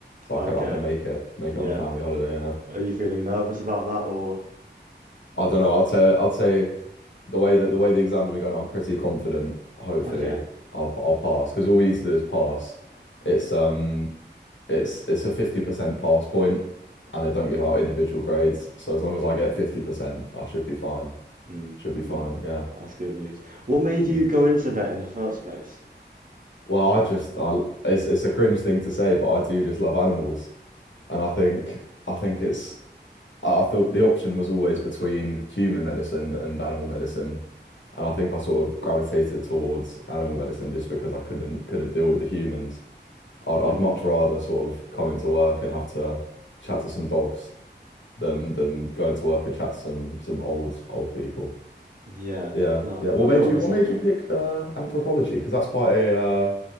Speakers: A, on the left; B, on the right.
A: so
B: Okay.
A: I can I can make it make it
B: Yeah.
A: on the family holiday. Yeah,
B: Are you feeling nervous about that or
A: I don't know. I'd say I'd say the way that the way the exams have been going, I'm pretty confident. Hopefully,
B: okay?
A: I'll I'll pass because all we need to do is pass. It's um, it's it's a 50% pass point, and they don't give out individual grades. So as long as I get 50%, I should be fine.
B: Mm,
A: Should be fine.
B: mm.
A: Yeah.
B: That's good news. What made you
A: Mm.
B: go into vet in the first place?
A: Well, I just I it's it's a cringe thing to say, but I do just love animals. And I think I think it's I thought the option was always between human medicine and animal medicine. And I think I sort of gravitated towards animal medicine just because I couldn't couldn't deal with the humans. I'd I'd
B: Mm,
A: much rather sort of come into work and have to chat to some dogs than than go into work and chat to some some old old people.
B: yeah,
A: Yeah.
B: no,
A: Yeah. What
B: I do
A: made
B: understand
A: you what made
B: that.
A: you pick uh anthropology? Because that's quite a uh